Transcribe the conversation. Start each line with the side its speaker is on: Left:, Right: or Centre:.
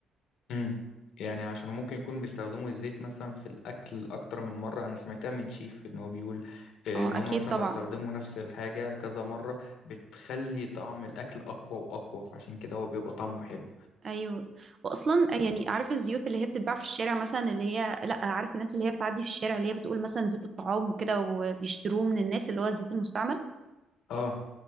Left: مم. يعني عشان ممكن يكون بيستخدموا الزيت مثلا في الأكل أكتر من مرة أنا سمعتها من شيف إن هو بيقول آه،
Right: اه
Left: إن هما
Right: اكيد
Left: مثلا
Right: طبعا
Left: لو استخدموا نفس الحاجة كذا مرة بتخلي طعم الأكل أقوى وأقوى فعشان كده هو بيبقى طعمه حلو
Right: ايوه واصلا يعني عارف الزيوت اللي هي بتتباع في الشارع مثلا اللي هي لا عارف الناس اللي هي بتعدي في الشارع اللي هي بتقول مثلا زيت الطعام وكده وبيشتروه من الناس اللي هو الزيت المستعمل
Left: اه